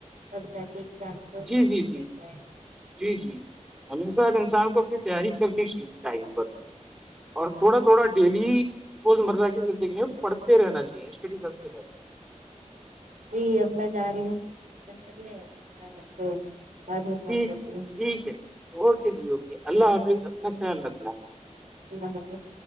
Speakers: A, on the right; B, on the right.
A: جب جاکے ایگزام کو
B: جی
A: صحیح
B: جی جی
A: رہے گا
B: جی جی ہمیشہ انسان کو اپنی تیاری کرنی چاہیے ٹائم پر اور تھوڑا تھوڑا ڈیلی روز مرہ کی زندگی میں پڑھتے رہنا چاہیے اسٹڈی کر کے
A: جی اب میں جا رہی ہو <inaudible> سے پہلے آپ کو بعد میں فون
B: ٹھیک
A: کرتی ہوں
B: ٹھیک ہے اوکے جی اوکے اللہ
A: جی
B: حافظ اپنا خیال رکھنا
A: اللہ حافظ